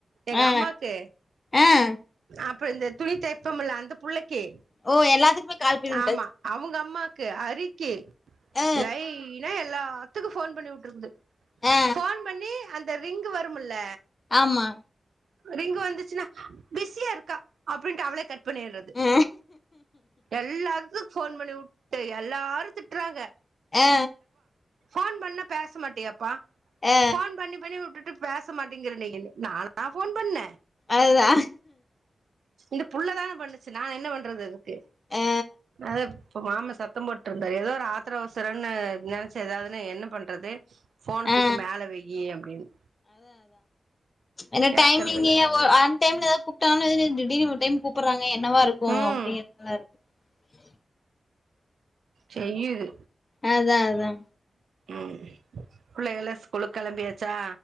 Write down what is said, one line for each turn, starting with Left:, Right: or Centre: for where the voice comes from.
Right: எங்க
Left: ஆ
Right: அம்மாக்கு
Left: ஆ
Right: அப்புற இந்த துணி தெப்பம்ல்ல அந்த புள்ளைக் கி
Left: ஓ எல்லாத்துக்குமே கால் பண்ணி வுட்டாச்சு
Right: ஆமா அவுங்க அம்மா க்கு அரிக்கி
Left: ஆ
Right: லைனா எல்லாத்துக்கு ஃபோன் பண்ணி உட்டுருக்குது
Left: ஆ
Right: ஃபோன் பண்ணி அந்த ரிங்கு வரும்முல
Left: ஆமா
Right: ரிங்கு வந்துச்சுன்னா பிஸியா இருக்கா அப்ன்ட்டு அவளே கட் பன்னிறது
Left: ஆ
Right: எல்லாத்துக்கு ஃபோன் பண்ணி வுட்டு எல்லாரு திட்றாங்க
Left: ஆ
Right: ஃபோன் பண்ண பேச மாட்டியப்பா
Left: ஆ
Right: ஃபோன் பண்ணி பண்ணி வுட்டுட் பேச மாட்டேங்கிற நீ இன் நானா ஃபோன் பண்ணே
Left: அதுதா
Right: இந்த புள்ளதான பண்ணுச்சு நா என்ன பண்றது இதுக்கு
Left: ஆ
Right: அத இப்போ மாம சத்தம் போட்ருந்தாரு ஏதோ ஒரு ஆத்ர அவசரன்னு நெனச்சு ஏதாவ்துன்னு என்ன பண்றது ஃபோனத்
Left: ஆ
Right: துக்கி மேல வெய் அப்டின்னு
Left: என்ன
Right: கேக்குறதில்ல
Left: டைமிங் கி அ ஓ அந் டைம்ல கூப்ட்டாலு திடீர்னு ஒரு டைம் கூப்புறாங்க என்னவா இருக்கூ
Right: ம்
Left: அப்டிங்கறது <unintelligible>
Right: செய்யிது
Left: அதா அதா
Right: ம் பிள்ளைகள்லா ஸ்கூலுக் கெளம்பியாச்சா